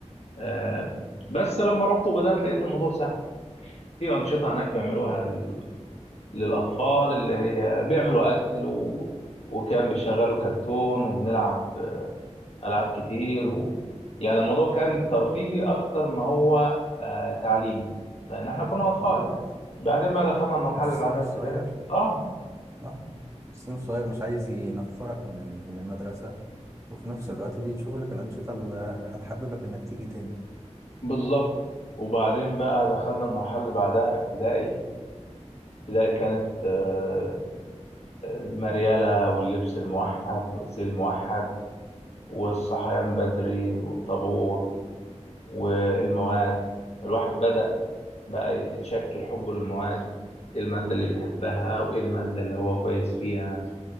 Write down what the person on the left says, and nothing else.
آه بس لما رحت وبدات لقيت الموضوع سهل في انشطه هناك بيعملوها ل- للاطفال اللي هي بيعملوا اكل و... وكان بيشغلوا
كرتون وبنلعب العاب كتير و... يعني الموضوع كان ترفيهي اكتر ما هو آه تعليمي لان احنا كنا اطفال
يعني بعدين بقى دخلنا المرحله
اللي
بعدها
ابتدائي اه
بالظبط وبعدين بقى
دخلنا المرحلة اللي بعدها ابتدائي ابتدائي كانت آه، المريالة واللبس الموحد والزي الموحد والصحيان بدري والطابور والمواد الواحد بدأ بقى يتشكل حبه للمواد ايه المادة اللي بيحبها او ايه المادة اللي هو كويس فيها